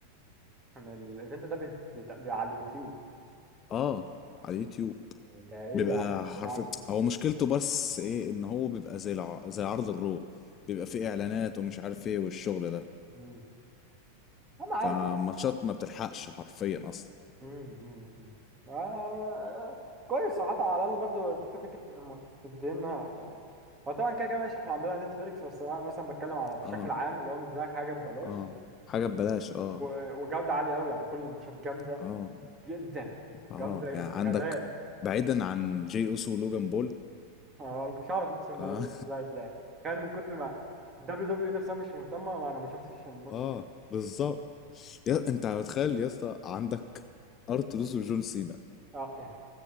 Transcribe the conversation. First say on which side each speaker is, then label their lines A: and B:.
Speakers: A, on the right; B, on the left.
A: ان الايفنت ده بي... بي... بي... على اليوتيوب
B: اه على اليوتيوب
A: يعني ده ايه
B: بيبقى
A: يا عم
B: حرفيا
A: ايه العسل
B: هو مشكلته بس ايه ان هو بيبقى زي الع... زي عرض الرو بيبقى فيه اعلانات ومش عارف ايه والشغل ده
A: امم انا عادي
B: فماتشات ما بتلحقش حرفيا اصلا
A: امم امم آه كويس صراحة على الأقل برضو الفكرة فكرة هم مدينا يعني هو طبعا كده كده ماشي احنا عندنا نتفليكس بس أنا مثلا بتكلم على بشكل
B: اه
A: عام اللي هو مديلك حاجة ببلاش
B: اه حاجة ببلاش اه
A: و- وجودة عالية أوي يعني كل الماتشات جامدة
B: اه
A: جدا جامدة
B: اه يعني
A: بغباء
B: عندك بعيدا عن جي اوسو ولوجان بول
A: أنا مش هعرف أقسم بالله
B: اه
A: ده مش هيتلعب تخيل من كتر ما الدبليو دبليو إي نفسها مش مهتمة ما أنا ما شفتش
B: <laughs>
A: الماتش
B: اه
A: ده
B: بالظبط يا انت متخيل يا اسطى عندك ارت دوس وجون سينا
A: أه يا لهوي